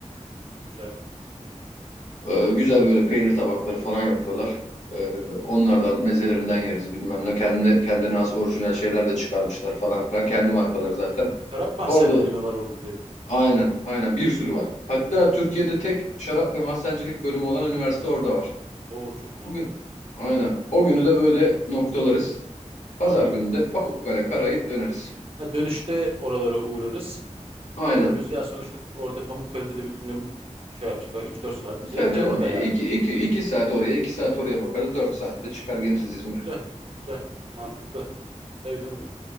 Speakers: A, on the right (about 50°); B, on the left (about 70°).
A: Güzel.
B: Ee, güzel böyle peynir tabakları falan yapıyorlar. Ee, onlardan mezelerinden yeriz bilmem ne. Kendine, kendine has orijinal şeyler de çıkarmışlar falan filan. Kendi markaları zaten.
A: Şarap mahzenleri
B: Orada
A: mi var orada dedin?
B: aynen aynen bir sürü var. Hatta Türkiye'de tek şarap ve mahzencilik bölümü olan üniversite orada var.
A: Oo çok
B: O
A: iyi.
B: gün aynen. O günü de böyle noktalarız. Pazar
A: Harika.
B: günü de Pamukkale Karayip döneriz.
A: Ha dönüşte oralara uğrarız.
B: Aynen.
A: Görürüz. Ya sonuçta orada Pamukkale'de de bütün gün şey yapacak. üç dört saat
B: E,
A: bize
B: Tabii
A: yeter
B: canım.
A: orada
B: İki,
A: yani.
B: iki, iki saat oraya, iki saat oraya bakarız. Dört saatte çıkar geliriz İzmir'e.
A: Güzel. Güzel. Mantıklı. Sevdim bunu.